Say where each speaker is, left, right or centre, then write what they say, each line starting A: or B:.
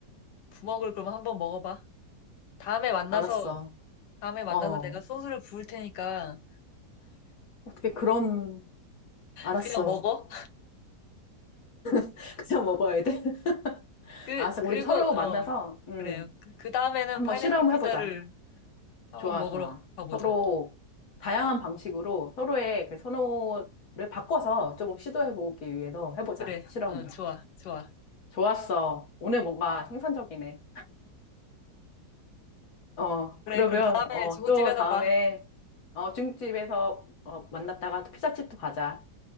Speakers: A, on the left; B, on the left.
A: 부먹을 그럼 한번 먹어봐. 다음에 만나서,
B: 알았어.
A: 다음에 만나서
B: 어,
A: 내가 소스를 부을 테니까,
B: 어떻게 그런, 알았어.
A: 그냥 먹어.
B: <laughs> 그냥 먹어야 돼. <laughs>
A: 그,
B: 알았어.
A: 그리고,
B: 우리 서로 만나서,
A: 어,
B: 음,
A: 그래요. 그 그 다음에는
B: 한번
A: 파인애플
B: 실험해보자.
A: 피자를 한번
B: 좋아,
A: 먹으러
B: 좋아.
A: 가보자.
B: 서로 다양한 방식으로 서로의 그 선호를 바꿔서 조금 시도해보기 위해서 해보자,
A: 그래,
B: 실험을.
A: 어, 좋아, 좋아.
B: 좋았어. 오늘 뭔가 생산적이네. 어,
A: 그래,
B: 그러면,
A: 그럼 다음에
B: 어,
A: 중국집에서
B: 또 다음에,
A: 봐.
B: 어, 중국집에서, 어, 만났다가 또 피자집도 가자.